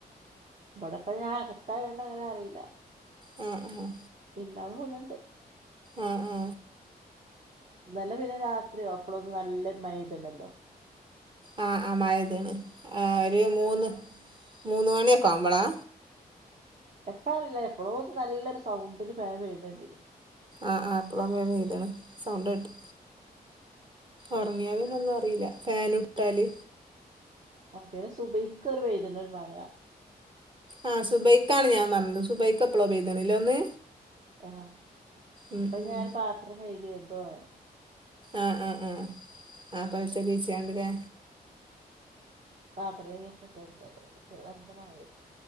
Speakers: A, on the right; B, on the right.
A: ഇവിടപ്പ ഞാൻ അകത്തായൊണ്ട് അങ്ങനെ അറിയില്ല
B: ഉം ഉ
A: മിഞ്ഞാന്ന് തോന്നിണ്ട്
B: ഉ ഉ
A: ഇന്നലെ പിന്നെ രാത്രിയോ അപ്പളൊന്ന് നല്ലൊരു മഴ പേഴ്ത്ണല്ലോ
B: ആ ആ മഴതണ് ഒരു മൂന്ന് മൂന്ന് മണിയൊക്കെ ആവുമ്പോളാ
A: എപ്പഴറീ ല്ല എപ്പോഴോ നല്ലൊരു സൗണ്ടിന് ഫാൻ വേയന്നെ ട്ടീനിം
B: ആഹ ആ അപ്പള അങ്ങ ഇ്താണ് സൗണ്ട് കട്ടി ഉറങ്ങിയാ പിന്ന ഒന്നും അറിയില്ല ഫാനു ഇട്ടാല്
A: ആ പിന്നെ സുഭഹിക്ക ഒരു പെയ്ത്ണൊഒരു മഴ
B: ആ സുബൈക്ക ആാണ് ഞാൻ പറഞ്ഞത് സുബൈക്ക് എപ്പളോ പെയ്തണ ലേ ഒന്ന്
A: ആഹ
B: ഉം
A: അപ്പൊ
B: ഉം
A: ഞാൻ പാത്രം കഴുകയ എന്തോ ആണ്
B: ആഹ ആഹ ആഹ ആ പൈസ ബീച്ച്യണ്ട് ലേ
A: പത്ര ചെയ്യാൻ <unintelligible> നല്ല മഴ